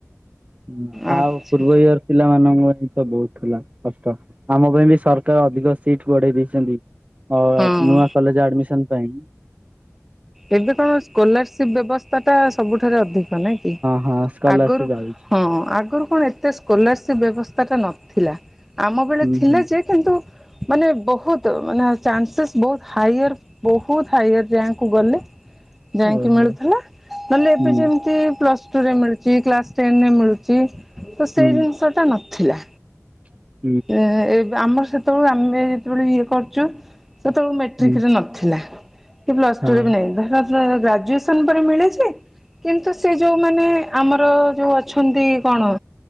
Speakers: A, on the right; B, in the centre.
A: ଉଁନା
B: ଆଚ୍ଛା
A: ଆଉ ପୂର୍ବ ଇୟର୍। ପିଲାମାନଙ୍କ ପାଇଁ ତ ବହୁତ୍ ଥିଲା କଷ୍ଟ ଆମ ପାଇଁ ବି ସରକାର ଅଧିକ ସିଟ୍ ବଢ଼େଇ ଦେଇଛନ୍ତି। ହ <unintelligible> ହ
B: ହଁ
A: ଆଉ ନୂଆ କଲେଜ୍ ଆଡ୍ମିସନ୍ ପାଇଁ।
B: ଏବେ କଣ ସ୍କଲାରସିପ୍ ବ୍ୟବସ୍ଥା ଟା ସବୁଠାରେ ଅଧି। ହଁ ନାଇଁକି
A: ହଁ ସ୍କଲାରସିପ
B: ଆଗରୁ
A: ଆଉଛି।
B: ହଁ ଆଗରୁ କଣ ଏତେସ୍ କଲାର୍ସିପ୍ ବ୍ୟବସ୍ଥା ଟା ନଥିଲା। ଆମ ବେଳେ
A: ହୁଁ
B: ଥିଲା
A: ହୁଁ
B: ଯେ କିନ୍ତୁ ମାନେ ବୋହତୁ ନା ଚାନ୍ସେସ୍ ବୋହୁ ହାଇୟର ବୋହୁତ୍ ହାଇୟର ରିୟାଙ୍କ୍। କୁ ଗଲି ଯାଇଁକି
A: ଓହୋ
B: ମିଳୁଥେଲା ନଏଲେ
A: ହୁଁ
B: ଏବେ ଯେମିତି ପସ୍ ତୁରେ ମିଳୁଛି କ୍ଲାସ୍ ଟେନେରେ ମିଳୁଛି ତ ସେଇ
A: ହୁଁ
B: ଜିନିଷଟା ନଥିଲା।
A: <inaudible>
B: ଏଁ ଏବେ ଆମର୍ ସେତବଳେ ଆମେ ଯେତେବେଳେ ଇଏ ଖର୍ଚ ସେତେବେଳୁ ମେଟ୍ରିକ୍
A: ହୁଁ
B: ରେ ନ ଥିଲା କି ପ୍ଲସ୍
A: ହଁ
B: ଟୁ ରେ ନାଇଁ <unintelligible> ଗ୍ରାଯୁଏସନ୍ ପରେ ମିଳିଛି। କିନ୍ତୁ ସେ ଯୋଉମାନେ ଆମର ଯୋଉ ଅଛନ୍ତି କଣ?